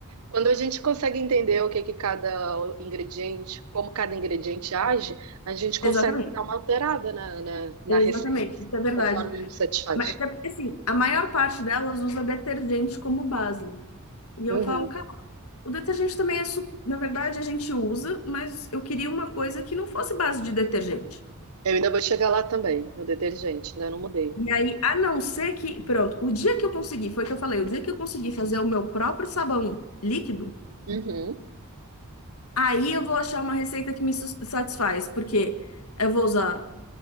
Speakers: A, on the right (about 80°); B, on the left (about 80°).
A: quando a gente consegue entender o que que cada ingrediente, como cada ingrediente age, a gente consegue
B: Exatamente.
A: dar uma alterada na, na, na
B: Exatamente,
A: receita, assim,
B: isso é verdade.
A: conforme nos satisfaz.
B: Mas é porque assim, a maior parte delas usa detergente como base. E
A: Uhum.
B: eu falo, cara, O detergente também é, su- na verdade, a gente usa, mas eu queria uma coisa que não fosse base de detergente.
A: Eu ainda vou chegar lá também, no detergente, ainda não mudei.
B: E aí, a não ser que, pronto, o dia que eu consegui, foi o que eu falei, o dia que eu consegui fazer o meu próprio sabão líquido,
A: Uhum.
B: aí eu vou achar uma receita que me sus- satisfaz, porque eu vou usar,